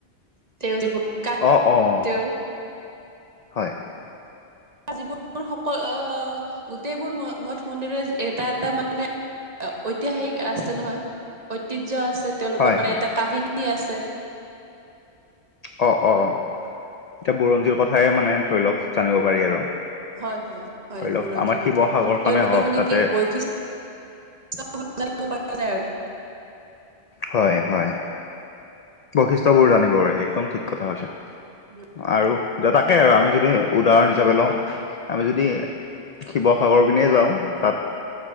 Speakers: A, on the right; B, on the left.
A: <unintelligible>
B: অঁ' অঁ'।
A: তেওঁৰ।
B: হয়।
A: আযিবোৰ সক, অঁ' গোটেইবোৰ ম-মঠ মন্দিৰেই এটা এটা মানে- অঁ' ঐতিহাসিক আছে নহয়, ঐতিহ্য আছে তেওঁলোকৰ
B: হয়
A: মানে
B: হয়
A: এটা কাহিনী আছে।
B: অঁ' অঁ' এতিয়া বুৰঞ্জীয় কথাই মানে ধৰি লওক মানে জানিব পাৰি আৰু।
A: হয় হয় হয়,
B: ধৰি লওক
A: বুৰঞ্জীৰ
B: আমাৰ শিৱসাগৰখনে
A: কথা। তেওঁলোকৰ
B: হওক
A: মানে
B: তাতে
A: কি বৈশিষ্ট- <unintelligible> পাৰা যায় আৰু।
B: হয় হয়। বৈশিষ্টবোৰ জানিব একদম ঠিক কথা কৈছা।
A: <unintelligible>
B: অঁ' আৰু য, তাকে আমি যদি উদাহৰণ হিচাপে লওঁ আমি যদি- শিৱসাগৰ পিনেই যাওঁ তাত-